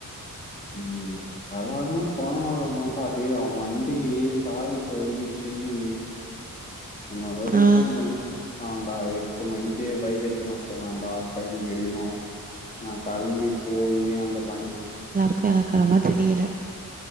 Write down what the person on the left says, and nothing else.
ம் சாதார்ண சொயநலோதான்டா டேய் அவன் வண்டி சாவி தொலைஞ்சிச்சுன்னு என்ன ஒரு வாட்டி
ஃபோன் பண்ணி கூப் டாண்டா எட்டு மணிக்கே பைக் எடுத்துனு வர சொன்னான்டா அவன்கைனிங் எரியவு நா கெளம்பி போயி அந்த வண்